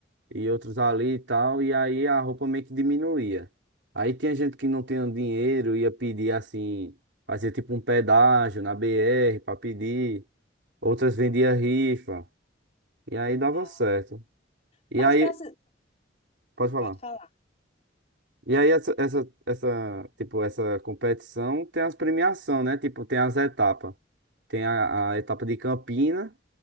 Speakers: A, on the right (about 70°); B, on the left (about 35°).
A: e outros ali e tal, e aí a roupa meio que diminuía. Aí tinha gente que não tinha dinheiro, ia pedir assim, fazia tipo um pedágio na BR pra pedir, outras vendia rifa, e aí dava
B: Ah,
A: certo. E
B: mas
A: aí,
B: para
A: pode falar.
B: pode falar.
A: E aí essa, essa, essa, tipo, essa competição tem as premiação, né? Tipo, tem as etapas. Tem a, a etapa de Campina